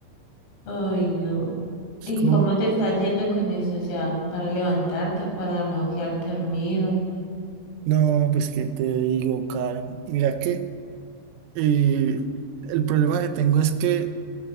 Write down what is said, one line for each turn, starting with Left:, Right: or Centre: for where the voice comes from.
Left: uy, no.
Right: Es
Left: ¿Y
Right: Como
Left: cómo te estás yendo con eso? O sea, para levantarte, para no quedarte dormido.
Right: No, pues que te digo, Karen. Mira que eh, el problema que tengo es que,